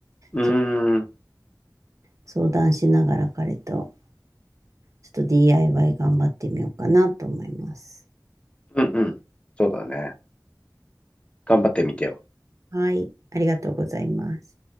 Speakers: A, on the left; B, on the right.
A: うー
B: ちょっと
A: ん、
B: 相談しながら彼と、ちょっと DIY 頑張ってみようかなと思います。
A: うん、うん。そうだね。頑張ってみてよ。
B: はい、ありがとうございます。